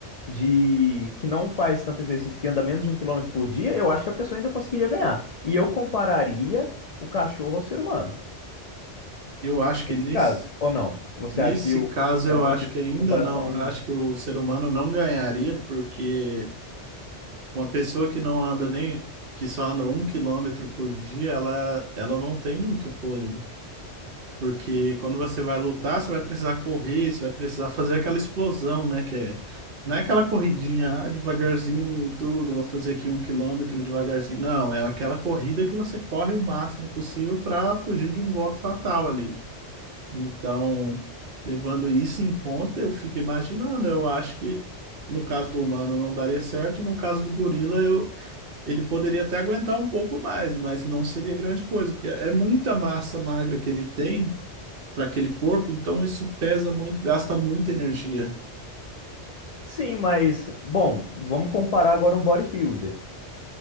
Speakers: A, on the left; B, on the right.
A: de que não faz tanto exercício, que anda menos de um quilômetro por dia, eu acho que a pessoa ainda conseguiria ganhar. E eu compararia o cachorro ao ser humano,
B: Eu acho que
A: nesse
B: nesse,
A: caso, ou não? Você
B: nesse
A: acha que o-
B: caso
A: é
B: eu
A: muito
B: acho que ainda
A: uma comparação?
B: não, acho que o ser humano não ganharia porque Uma pessoa que não anda nem, que só anda um quilômetro por dia, ela, ela não tem muito fôlego. Porque quando você vai lutar, você vai precisar correr, você vai precisar fazer aquela explosão, né? Que é, não é aquela corridinha, ah, devagarzinho e tudo, vou fazer aqui um quilômetro devagarzinho. Não, é aquela corrida que você corre o máximo possível para fugir de um golpe fatal ali. Então, levando isso em conta, eu fico imaginando, eu acho que no caso do humano não daria certo, no caso do gorila eu ele poderia até aguentar um pouco mais, mas não seria grande coisa, porque é muita massa magra que ele tem para aquele corpo, então isso pesa muito, gasta muita energia.
A: Sim, mas, bom, vamos comparar agora um bodybuilder.